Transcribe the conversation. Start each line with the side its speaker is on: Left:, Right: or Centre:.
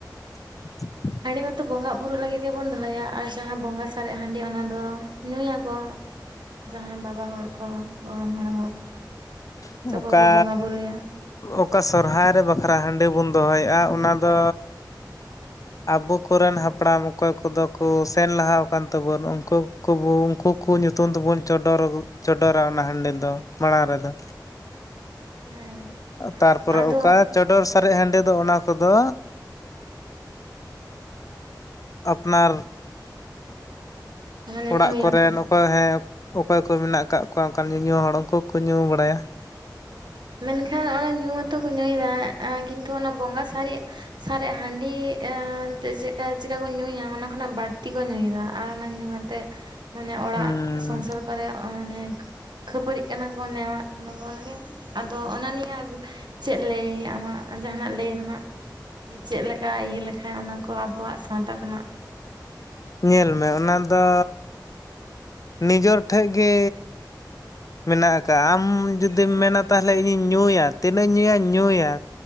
Left: <inaudible>
Right: ᱦᱟᱺᱰᱤ ᱢᱟᱛᱚ ᱵᱚᱸᱜᱟᱜ ᱵᱩᱨᱩ ᱞᱟᱹᱜᱤᱫ ᱜᱮᱵᱚᱱ ᱫᱚᱦᱚᱭᱟ᱾ ᱟᱨ ᱡᱟᱦᱟᱸ ᱵᱚᱸᱜᱟ ᱥᱟᱨᱮᱡ ᱦᱟᱺᱰᱤ ᱚᱱᱟ ᱫᱚ ᱧᱩᱭᱟᱠᱚ᱾ ᱡᱟᱦᱟᱸᱭ ᱵᱟᱵᱟ ᱦᱚᱲ ᱠᱚ, ᱜᱚᱲᱚᱢ ᱦᱟᱲᱟᱢ ᱦᱚᱲ ᱠᱚ
Left: ᱚᱠᱟ
Right: ᱪᱮ ᱠᱚᱭ ᱠᱚ ᱵᱚᱸᱜᱟᱼᱵᱩᱨᱩᱭᱟ᱾
Left: ᱚᱠᱟ ᱥᱚᱨᱦᱟᱭ ᱨᱮ ᱵᱟᱠᱷᱨᱟ ᱦᱟᱺᱰᱤ ᱵᱚᱱ ᱫᱚᱦᱚᱭᱮᱜᱼᱟ ᱚᱱᱟᱫᱚ ᱟᱵᱚ ᱠᱚᱨᱮᱱ ᱦᱟᱯᱲᱟᱢ ᱚᱠᱚᱭ ᱠᱚᱫᱚ ᱠᱚ ᱥᱮᱱ ᱞᱟᱦᱟᱣ ᱟᱠᱟᱱ ᱛᱟᱵᱳᱣᱟᱱ ᱩᱱᱠᱩ ᱠᱚᱵᱚ ᱩᱱᱠᱩ ᱠᱚ ᱧᱩᱛᱩᱢ ᱛᱮᱵᱚᱱ ᱪᱚᱰᱚᱨ ᱪᱚᱰᱚᱨᱟ ᱚᱱᱟ ᱦᱟᱺᱰᱤ ᱛᱚ ᱢᱟᱲᱟᱝ ᱨᱮᱫᱚ
Right: ᱦᱮᱸ
Left: ᱛᱟᱨᱯᱚᱨᱮ
Right: ᱟᱫᱚ
Left: ᱚᱠᱟ, ᱪᱚᱰᱚᱨ ᱥᱟᱨᱮᱡ ᱦᱟᱺᱰᱤ ᱫᱚ ᱚᱱᱟ ᱠᱚᱫᱚ, <inaudible> ᱟᱯᱱᱟᱨ,
Right: ᱢᱟᱱᱮ
Left: ᱚᱲᱟᱜ
Right: ᱧᱩᱭᱟᱠᱚ
Left: ᱠᱚᱨᱮᱱ
Right: ᱫᱚ
Left: ᱚᱠᱚᱭ ᱦᱮ ᱚᱠᱚᱭ ᱠᱚ ᱢᱮᱱᱟᱜ ᱠᱟᱜ ᱠᱚᱣᱟ ᱚᱱᱠᱟᱱ ᱧᱩᱧᱩ ᱦᱚᱲ ᱩᱱᱠᱩ ᱠᱚᱠᱚ ᱧᱩ ᱵᱟᱲᱟᱭᱟ᱾
Right: ᱢᱮᱱᱠᱷᱟᱱ ᱚᱱᱟ ᱧᱩ ᱢᱟᱛᱚ ᱠᱚ ᱧᱩᱭᱮᱫᱟ ᱠᱤᱱᱛᱩ ᱚᱱᱟ ᱵᱚᱸᱜᱟ ᱥᱟᱨᱮᱡ ᱥᱟᱨᱮᱡ ᱦᱟᱺᱰᱤ ᱮ ᱛᱮ ᱪᱮᱫᱠᱟ ᱪᱮᱠᱟᱠᱩ ᱧᱩᱭᱟ ᱚᱱᱟ ᱠᱷᱚᱱᱟᱜ ᱵᱟᱹᱲᱛᱤ ᱠᱚ ᱧᱩᱭᱮᱫᱟ ᱟᱨ ᱚᱱᱟ ᱧᱩ ᱟᱛ ᱛᱮ, ᱢᱟᱱᱮ ᱚᱲᱟᱜ
Left: ᱦᱩᱸ
Right: ᱥᱚᱝᱥᱟᱨ ᱠᱚᱨᱮ ᱢᱟᱱᱮ ᱠᱷᱟᱹᱯᱟᱹᱨᱤᱜ ᱠᱟᱱᱟ ᱠᱚ ᱱᱮᱣᱟᱜ ᱠᱟᱱᱟ ᱚᱱᱠᱚᱱᱜᱮ, ᱟᱫᱚ ᱚᱱᱟ ᱱᱤᱭᱮ ᱪᱮᱫ ᱞᱟᱹᱭ ᱟᱢᱟᱜ ᱡᱟᱦᱟᱱᱟᱜ ᱞᱟᱹᱭ ᱨᱮᱱᱟᱜ? ᱡᱮ ᱪᱮᱜᱞᱮᱠᱟ ᱤᱭᱟᱹ ᱞᱮᱠᱷᱟᱱ ᱚᱱᱟᱠᱚ ᱟᱵᱚ ᱥᱟᱶᱛᱟ ᱠᱷᱚᱱᱟᱜ
Left: ᱧᱮᱞ ᱢᱮ ᱚᱱᱟ ᱫᱚ ᱱᱤᱡᱮᱨ ᱴᱷᱮᱡ ᱜᱮ, ᱢᱮᱱᱟᱜ ᱟᱠᱟᱜᱼᱟ᱾ ᱟᱢ ᱡᱩᱫᱤᱢ ᱢᱮᱱᱟ ᱛᱟᱦᱚᱞᱮ ᱤᱧᱤᱧ ᱧᱩᱭᱟ ᱛᱤᱱᱟᱹᱜ ᱧᱩᱭᱟ ᱧᱩᱭᱟ,